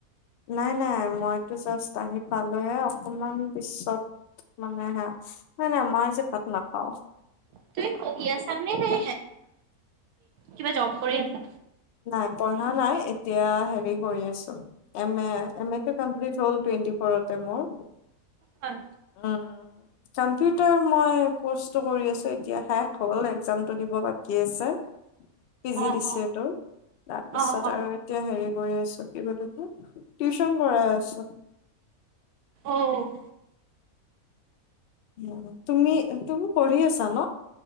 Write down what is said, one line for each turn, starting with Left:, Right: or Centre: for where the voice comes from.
Left: নাই, নাই মই জাষ্ট আহি পালেহে। অকমান পিছত মানে না -না মই আজি ভাত নেখাও।
Right: তুমি পঢ়ি আছ নে- নে কিবা জব কৰি আছা।
Left: নাই পঢ়া নাই এতিয়া হেৰি কৰি আছো। এম এ এম এটো কমপ্লিট হ'ল। টুৱেটি ফৰতে মোৰ
Right: হয়
Left: উম ', কম্পিউটাৰ মই কৰ্চ। কৰি আছোঁ এতিয়া শেষ হ'লয়ে। এক্সামটো দিব বাকী কি আছে পি জি
Right: অ',
Left: দিছে তোৰ। তাৰপিছত
Right: অ', অ',
Left: আৰু এতিয়া হেৰি কৰি আছো। <unintelligible> টউশন কৰাই আছোঁ।
Right: অহ ',
Left: উম। তুমি, তুমি পঢ়ি আছ জান